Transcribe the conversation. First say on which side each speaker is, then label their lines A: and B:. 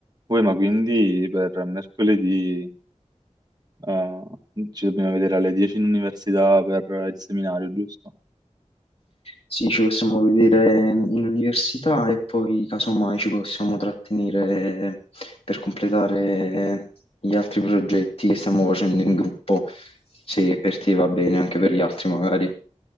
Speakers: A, on the right (about 30°); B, on the left (about 50°).
A: Poi, ma quindi per mercoledì eh, ci dobbiamo vedere alle 10 in università per il seminario, giusto?
B: Sì, ci possiamo vedere in università e poi casomai ci possiamo trattenere per completare gli altri progetti che stiamo facendo in gruppo, se per te va bene, anche per gli altri magari.